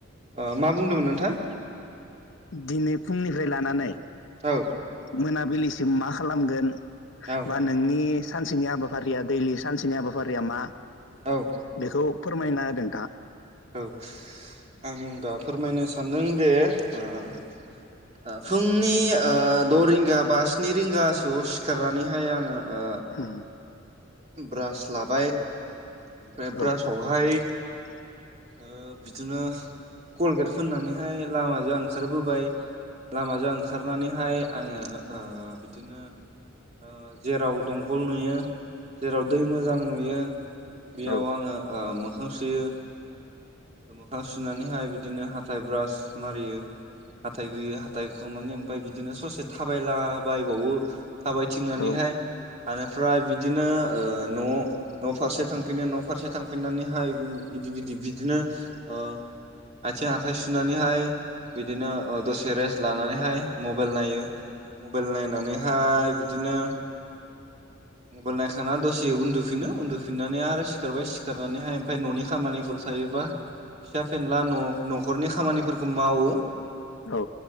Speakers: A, on the right (about 30°); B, on the left (about 60°).
A: ओ मा बुंदोंमोन नोंथां?
B: दिनै फुंनिफ्राय लानानै
A: औ
B: मोनाबिलि सिम मा खालामगोन
A: औ
B: बा नोंनि सानसेनि हाबाफारिया दैलि सानसेनि हाबाफारिया मा
A: औ
B: बेखौ फोरमायना होदो नोंथाङा
A: औ आं दा फोरमायनो सानदों दे ओ ओ फुंनि ओ द' रिंगा बा स्नि रिंगासोआव सिखारनानैहाय आङो ओ
B: हुम
A: ब्रास लाबाय ओमफ्राय
B: औ
A: ब्रासावहाय
B: <inaudible>
A: ओ बिदिनो कलगेट फोननानैहाय लामाजों ओंखारबोबाय लामाजों ओंखारनानैहाय आङो ओ बिदिनो ओ जेराव दंखल नुयो जेराव दै मोजां नुयो बेयाव
B: औ
A: आङो ओ मोखां सुयो मोखां सुनानैहाय बिदिनो हाथाय ब्रास मारियो हाथाइ हुयो हाथाइ हुखांनानै ओमफ्राय बिदिनो ससे थाबायला बायबावो थाबाय थिंनानैहाय
B: औ
A: ओनिफ्राय बिदिनो ओ न' न' फारसे थांफिनो न' फारसे थांफिननानैहाय बिदि बिदि बिदिनो ओ आथिं आखाय सुनानैहाय बिदिनो ओ दसे रेस्ट लानानैहाय मबाइल नायो मबाइल नायनानैहाय बिदिनो मबाइल नायखां थांना दसे उन्दुफिनो उन्दुफिननानै आरो सिखारबाय सिखारनानैहाय ओमफ्राय न'नि खामानिफोर थायोबा फिसा फेनला न' न'खरनि खामानिफोरखौ मावो
B: औ